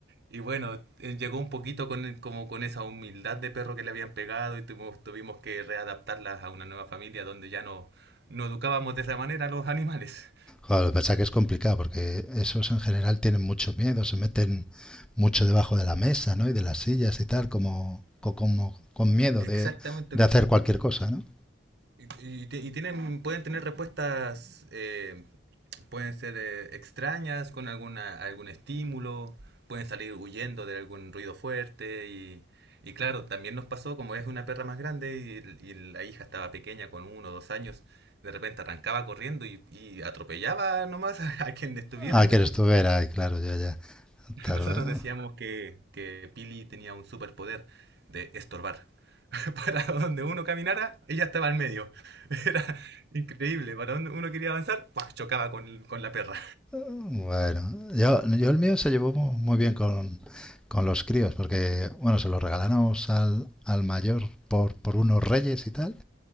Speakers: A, on the right; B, in the centre.
A: y bueno, eh, llegó un poquito con, como con esa humildad de perro que le habían pegado y tuvimos, tuvimos que readaptarla a una nueva familia donde ya no, no educábamos de esa manera a los animales.
B: joder, lo que pasa es que es complicado porque esos en general tienen mucho miedo, se meten mucho debajo de la mesa, ¿no? Y de las sillas y tal, como, co- como con miedo
A: Exactamente.
B: de, de hacer cualquier cosa, ¿no?
A: Y, y- y tienen, pueden tener respuestas eh, pueden ser eh, extrañas con alguna, algún estímulo, pueden salir huyendo de algún ruido fuerte y, y claro, también nos pasó, como es una perra más grande y, y la hija estaba pequeña con uno o dos años, de repente arrancaba corriendo y, y atropellaba nomás <laughs> a, a quien estuviera
B: Ah,
A: en
B: que
A: medio.
B: eres tú, era, y claro, ya, ya.
A: <laughs>
B: Claro,
A: Nosotros
B: eh.
A: decíamos que, que Pili tenía un superpoder de estorbar. <laughs> Para donde uno caminara, ella estaba en medio. <laughs> Era increíble. Para donde uno quería avanzar, ¡pua! chocaba con, con la perra.
B: Bueno, yo, yo el mío se llevó mu- muy bien con, con los críos, porque, bueno, se lo regalamos al, al mayor por, por unos reyes y tal,